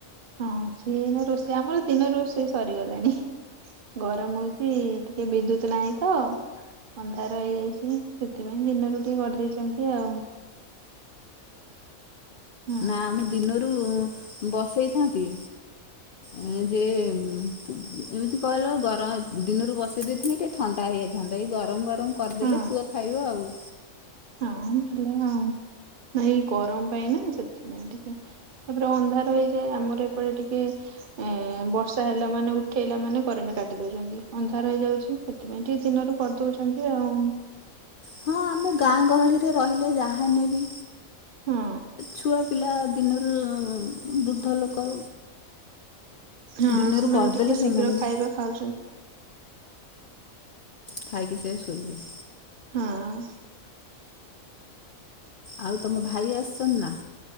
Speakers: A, on the right; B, on the left.
A: ହଁ, ସିଏ ଏଇନା ରୋଷେଇ, ଆମର ଦିନ ରୋଷେଇ ସରିଗଲାଣି। ଗରମ ହଉଚି। ଟିକେ ବିଦ୍ୟୁତ ନାହିଁ ତ ଅନ୍ଧାର ହେଇଯାଇଛି। ସେଥିପାଇଁ ଦିନରୁ ଟିକେ କରିଦେଇଛନ୍ତି ଆଉ। ହଁ
B: ନା, ମୁଁ ଦିନରୁ ବସେଇଥାନ୍ତି ଏ ଯେ <unintelligible> ଏମିତି କହିଲ ଗରମ, ଦିନରୁ ବସେଇ ଦେଇଥିନି ଟିକେ ଥଣ୍ଡା ହେଇଯାଇଥାନ୍ତା। ଏଇ ଗରମ ଗରମ କରିଦେଲେ
A: ହଁ
B: ପୁଅ ଖାଇବ ଆଉ।
A: ହଁ, ଭଲ ଆଉ। ଏଇ ଗରମ ପାଇଁ ନା ସେଥିପାଇଁ ଟିକେ ତାପରେ ଅନ୍ଧାର ହେଇଯାଏ। ଆମର ଏପଟେ ଟିକେ ଏ ବର୍ଷା ହେଲା ମାନେ, ଉଠେଇଲା ମାନେ, କରେଣ୍ଟ କାଟି ଦଉଛନ୍ତି। ଅନ୍ଧାର ହେଇଯାଉଛି। ସେଥିପାଇଁ ଟିକେ ଦିନରୁ କରିଦଉଛନ୍ତି ଆଉ।
B: ହଁ, ଆମେ ଗାଁ ଗହଳିରେ ରହିଲେ। ଯାହା ହେନେ ବି
A: ହଁ
B: ଛୁଆ ପିଲା ଦିନରୁ ବୃଦ୍ଧ ଲୋକ
A: ହଁ,
B: ଦିନରୁ
A: ସେମାନେ
B: କରିଦେଲେ
A: ଟିକେ ଶୀଘ୍ର
B: ସେମାନେ ବି
A: ଖାଇବା ଖାଉଛନ୍ତି।
B: ଖାଇକି ସେ ଶୋଇବେ।
A: ହଁ
B: ଆଉ ତମ ଭାଇ ଆସିଛନ୍ ନା?